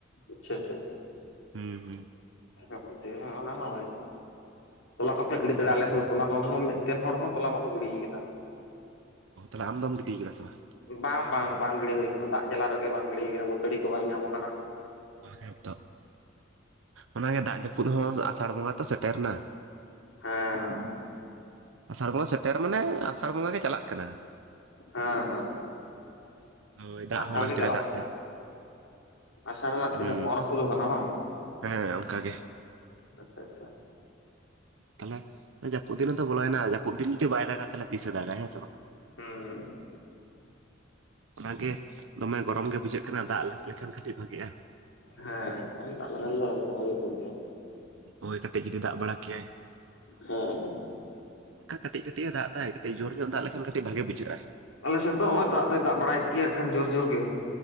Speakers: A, on the left; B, on the right.
A: ᱟᱪᱪᱷᱟ ᱟᱪᱪᱷᱟ
B: ᱦᱩᱸ
A: ᱟᱪᱪᱷᱟ <inaudible> ᱚᱱᱟᱦᱚ ᱛᱚᱞᱟ ᱠᱚᱯᱮ ᱜᱤᱰᱤ ᱫᱟᱲᱮᱭᱟᱜᱼᱟ
B: ᱦᱩᱸ
A: ᱟᱞᱮᱥᱮᱫ ᱫᱚ ᱛᱚᱞᱟ ᱠᱚᱦᱚᱸ ᱢᱤᱫᱴᱮᱱ ᱦᱚᱲ ᱦᱚᱸ ᱛᱚᱞᱟ ᱵᱟᱠᱚ ᱜᱤᱰᱤ ᱟᱠᱟᱫᱟ᱾
B: ᱛᱟᱞᱦᱮ ᱟᱢ ᱫᱚᱢ ᱜᱤᱰᱤ ᱠᱟᱫᱟ ᱥᱮ ᱵᱟᱝ?
A: ᱵᱟᱝ ᱵᱟᱝ ᱵᱟᱝ ᱜᱤᱲᱤ ᱦᱩᱭ ᱟᱠᱟᱱᱟ ᱫᱟᱜ ᱡᱟᱞᱟ ᱨᱮᱜᱮ ᱵᱟᱝ ᱜᱤᱲᱤ ᱟᱠᱟᱱᱟ ᱵᱟᱹᱛᱟᱹᱲᱤ ᱠᱚ ᱵᱟᱝ ᱧᱟᱢ ᱟᱠᱟᱱᱟ᱾
B: ᱦᱮᱸᱛᱚ ᱚᱱᱟᱜᱮ ᱫᱟᱜ ᱡᱟᱹᱯᱩᱫ ᱦᱚᱸ ᱟᱥᱟᱲ ᱵᱚᱸᱜᱟ ᱛᱚ ᱥᱮᱴᱮᱨ ᱮᱱᱟ᱾
A: ᱦᱮᱸ
B: ᱟᱥᱟᱲ ᱵᱚᱸᱜᱟ ᱥᱮᱴᱮᱨ ᱢᱟᱱᱮ ᱟᱥᱟᱲ ᱵᱚᱸᱜᱟ ᱜᱮ ᱪᱟᱞᱟᱜ ᱠᱟᱱᱟ᱾
A: ᱦᱮᱸ ᱦᱮᱸ
B: ᱦᱳᱭ ᱫᱟᱜ
A: ᱟᱥᱟᱲ
B: ᱦᱚᱸ ᱚᱱᱟ
A: ᱜᱮ
B: ᱠᱷᱟᱹᱛᱤᱨᱮ
A: ᱪᱟᱞᱟᱜ
B: ᱫᱟᱜ
A: ᱠᱟᱱᱟ
B: ᱫᱟᱭ
A: ᱟᱥᱟᱲ ᱨᱮᱱᱟᱜ ᱛᱤᱱᱟᱹᱜ
B: ᱦᱩᱸ
A: ᱯᱚᱱᱨᱚ ᱥᱳᱞᱳ ᱠᱟᱱᱟ ᱵᱟᱝ
B: ᱦᱮᱸ ᱚᱱᱠᱟᱜᱮ᱾
A: ᱟᱪᱷᱟ ᱟᱪᱷᱟ
B: ᱛᱟᱞᱦᱮ ᱡᱟᱹᱯᱩᱫ ᱫᱤᱱ ᱦᱚᱸ ᱛᱚ ᱵᱚᱞᱚᱭᱮᱱᱟ ᱡᱟᱹᱯᱩᱫ ᱫᱤᱱ ᱡᱩᱫᱤ ᱵᱟᱭ ᱫᱟᱜᱟ ᱛᱟᱞᱦᱮ ᱛᱤᱥᱮ ᱫᱟᱜᱟ ᱦᱮᱸ ᱥᱮ ᱵᱟᱝ
A: ᱦᱩᱸ
B: ᱚᱱᱟᱜᱮ ᱫᱚᱢᱮ ᱜᱚᱨᱚᱢ ᱜᱮ ᱵᱩᱡᱷᱟᱹᱜ ᱠᱟᱱᱟ ᱫᱟᱜ ᱞᱮᱠᱷᱟᱱ ᱠᱟᱹᱴᱤᱡ ᱵᱷᱟᱜᱤᱜᱼᱟ
A: ᱦᱮᱸ ᱦᱮᱸ ᱫᱟᱜ ᱞᱮᱠᱷᱟᱱ ᱫᱚ ᱦᱳᱭ ᱫᱚ ᱦᱳᱭ ᱠᱚᱜ ᱜᱮᱭᱟ
B: ᱳᱭ ᱠᱟᱹᱴᱤᱡ ᱡᱩᱫᱤ ᱫᱟᱜ ᱵᱟᱲᱟ ᱠᱮᱭᱟᱭ
A: ᱦᱮᱸ
B: ᱚᱱᱠᱟ ᱠᱟᱹᱴᱤᱡ ᱠᱟᱹᱴᱤᱡ ᱮ ᱫᱟᱜ ᱫᱟᱭ ᱠᱟᱹᱴᱤᱡ ᱡᱳᱨ ᱧᱚᱜ ᱫᱟᱜ ᱞᱮᱠᱷᱟᱱ ᱠᱟᱹᱴᱤᱡ ᱵᱷᱟᱜᱮ ᱵᱩᱡᱷᱟᱹᱜᱼᱟ
A: ᱟᱞᱮᱥᱮᱫ ᱫᱚ ᱱᱚᱜᱼᱚᱭ ᱫᱟᱜ ᱫᱚᱭ ᱫᱟᱜ ᱵᱟᱲᱟᱭᱮᱫ ᱜᱮᱭᱟ ᱟᱠᱷᱟᱱ ᱡᱳᱨ ᱡᱳᱨ ᱜᱮ